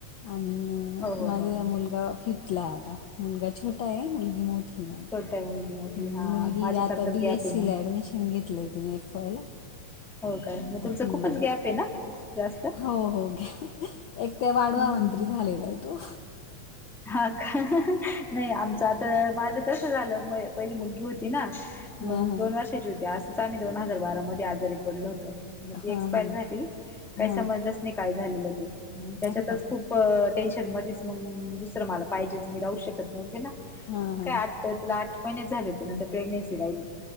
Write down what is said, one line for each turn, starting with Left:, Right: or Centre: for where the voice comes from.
Left: आणि अ
Centre: हो
Left: मग
Centre: हो
Left: माझा
Centre: हो
Left: मुलगा फिफ्थ ला आता मुलगा छोटा आहे मुलगी मोठी आहे मा
Centre: <unintelligible>
Left: मुलगी
Centre: हा माझ्यासारखंच
Left: आता बी
Centre: गॅप
Left: एस
Centre: आहे
Left: सी
Centre: मग
Left: ला ऍडमिशन घेतलंय तिने एफ वाय ला.
Centre: हो काय मग तुमचं
Left: हम्म
Centre: खूपच गॅप आहे ना जास्त
Left: हो हो गॅ एक ते वाडवा
Centre: हम्म
Left: मंत्री झालेलाय तो.
Centre: हा का नाही आमचं आता माझं कसं झालं मय पहिली मुलगी होती ना
Left: हा
Centre: मंग
Left: हा.
Centre: दोन वर्षाची होती असंच आम्ही दोन हजार बारा मध्ये आजारी पडलो होतो. म ती
Left: हा
Centre: एक्सपायर
Left: हा
Centre: झाली काय
Left: हा
Centre: समजलंच नाही काय झालेलं ते मग त्याच्यातच
Left: अरे बापरे!
Centre: खूप टेन्शन मध्येच मग दुसरं मला पाहिजेच मी राहू शकत नव्हते ना
Left: हा
Centre: म
Left: हा
Centre: काय आ ता तिला आठ महिने झाले होते नंतर प्रेग्नेन्सी राहिली.